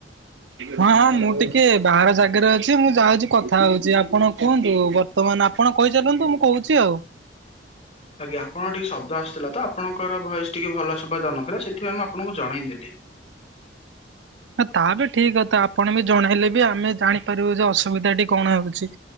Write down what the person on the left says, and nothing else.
ଆଜ୍ଞା ଆପଣଙ୍କ ଟିକେ ଶବ୍ଦ ଆସୁଥିଲା ତ ଆପଣଙ୍କର ଭଏସ ଟିକେ ଭଲ ଶୁଭା ଜାଉନଥିଲା ସେଥିପାଇଁ ମୁଁ ଆପଣଙ୍କୁ ଜଣେଇଦେଲି।